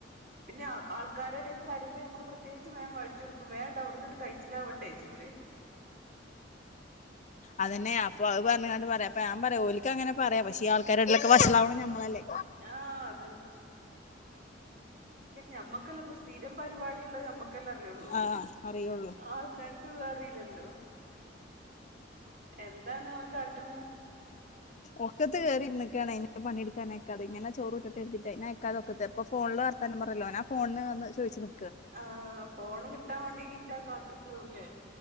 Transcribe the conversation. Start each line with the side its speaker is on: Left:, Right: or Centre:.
Right: പിന്നെ ആൾക്കാരെ എടേന്ന് കരയുമ്പോ നമ്മള് പ്രത്യേകിച്ച് വേഗം വേടിച്ചു കൊടുക്കും വേണ്ട അവിടന്നട്ട് കഴിച്ചിലാവട്ടേചിട്ട്
Left: അതന്നെയ അപ്പൊ അത് പറഞ്ഞുകാണ്ട് പറയും അപ്പൊ ഞാൻ പറയും ഓൽക്ക്‌ അങ്ങനെ പറയാ പക്ഷെ ഈ ആൾക്കാരടെ ഇടയിലൊക്കെ വഷളാവണ ഞമ്മളല്ലേ
Right: ആഹ് അതന്നെ ഞമ്മക്കല്ലത് സ്ഥിരം പരിപാടി ടിയുള്ള ഞമ്മക്കല്ലേ അറിയുള്ളൂ
Left: ആഹ് അറിയുള്ളൂ
Right: ആൾക്കാർക്ക് അറിയില്ലല്ലോ എന്താണ് അവൻ കാട്ടണ്
Left: ഒക്കത്ത് കേയറി ഇരുന്നക്കാണെ ഞാൻ പണിയെടുക്കാനൊക്കെ അത് ഇങ്ങനെ ചോറ് കൊടുത്തിട്ട് ഇരുത്തീട്ടെ ഞാൻ ഇക്കാതെ ഒക്കത്ത് ഇപ്പ ഫോണില് വർത്താനം പറല്ലോ ആ ഫോണിന് വന്ന് ചോദിച്ച്ണു
Right: ആഹ് ഫോണ് കിട്ടാൻ വേണ്ടി കിട്ടാ കാത്ത്ക്കാവുല്ലേ